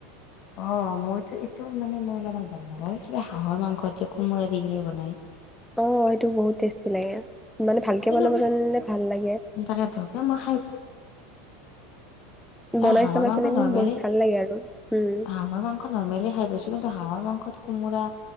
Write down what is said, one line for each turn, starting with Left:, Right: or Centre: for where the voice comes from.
Left: অ মইতো এইটো মানে মই অলমান ভাল নাপাওঁ কিবা হাঁহৰ মাংস যে কোমোৰা দি কিনে বনাই।
Centre: অ সেটো বহুত টেষ্টি লাগে। মানে ভালকে
Left: কিন্তু
Centre: বনাব জানিলে ভাল লাগে।
Left: তাকেতো কিন্তু মই
Centre: বনাই
Left: এ হাঁহৰ
Centre: চাবাচোন
Left: মাংস
Centre: একদম
Left: নৰ্মেলি
Centre: বহুত ভাল লাগে আৰু উম।
Left: হাঁহৰ মাংস নৰ্মেলি খাই পাইছো কিন্তু হাঁহৰ মাংস। ত কোমোৰা